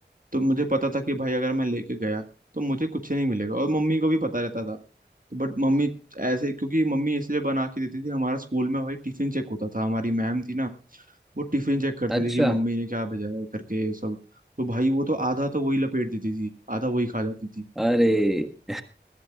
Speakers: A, on the right (about 45°); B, in the centre.
A: तो मुझे पता था कि भाई अगर मैं लेके गया तो मुझे कुछ नहीं मिलेगा और मम्मी को भी पता रहता था तो बट मम्मी ऐसे क्योंकि मम्मी इसलिए बना के देती थी हमारा स्कूल में भाई टिफिन चेक होता था हमारी मैम थी ना वो टिफिन चेक करती
B: अच्छा
A: थी कि मम्मी ने क्या भेजा है करके ये सब तो भाई वो तो आधा तो वही लपेट देती थी आधा वही खा जाती थी
B: अरे <laughs>